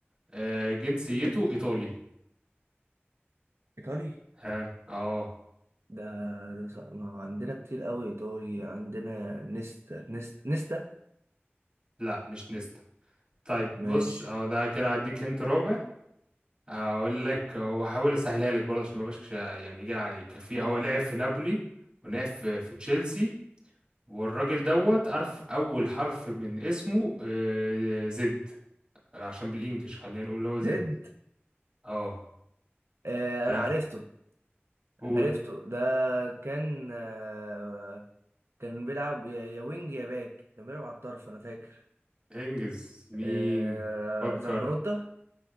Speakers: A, on the right (about 20°); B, on the right (about 85°).
A: آه، جنسيته ايطالي
B: ايطالي
A: ها اه
B: ده ده ص- ما عندنا كتير قوي ايطالي عندنا نيستا نيستا نيستا
A: لا مش نيستا طيب
B: ماشي
A: بص اهو ده كده هديك هنت رابع اقول لك هو حاول اسهلها لك برضه عشان ما بقاش يعني يجي عليك في هو لعب في نابولي ولعب في, في تشيلسي والراجل دوت عارف اول حرف من اسمه آه، زد عشان بالانجلش خلينا نقول هو
B: ديد
A: زد اه
B: آه
A: ها
B: انا عرفته
A: قول
B: عرفته ده كان آه كان بيلعب يا يا وينج يا باك كان بيلعب على الطرف انا فاكر
A: انجز مين
B: آه
A: فكر
B: زمبروتا